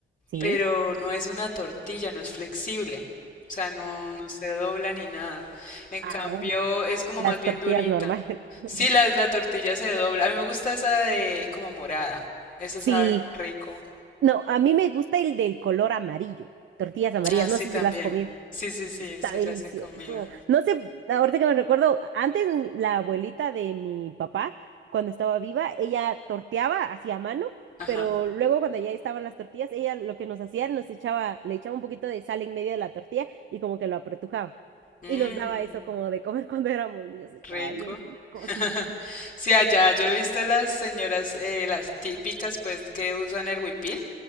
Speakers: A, on the right; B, on the left.
A: sí.
B: pero no es una tortilla, no es flexible. O sea, no, no se dobla ni nada. En cambio,
A: Ah.
B: es como
A: Las
B: más bien
A: tortillas
B: durita.
A: normales. <laughs>
B: Sí, la, la tortilla se dobla. A mí me gusta esa de como morada. Esa
A: Sí.
B: sabe rico.
A: No, a mí me gusta el del color amarillo. Tortillas amarillas,
B: Ah, sí,
A: no sé
B: también.
A: si las has comido.
B: Sí, sí, sí,
A: Está
B: sí
A: delicioso.
B: las he comido.
A: No sé, ahorita que me recuerdo, antes mi- la abuelita de mi papá, cuando estaba viva, ella torteaba hacía mano,
B: Ajá.
A: pero luego cuando ya estaban las tortillas, ella lo que nos hacía, nos echaba, le echaba un poquito de sal en medio de la tortilla y como que lo apretujaba.
B: Mmm,
A: Y nos daba eso como de comer <laughs> cuando éramos niños. Estaba
B: rico.
A: bien rico,
B: <laughs>
A: sí.
B: Sí, allá yo he visto las señoras, eh, las típicas, pues, que usan el huipil,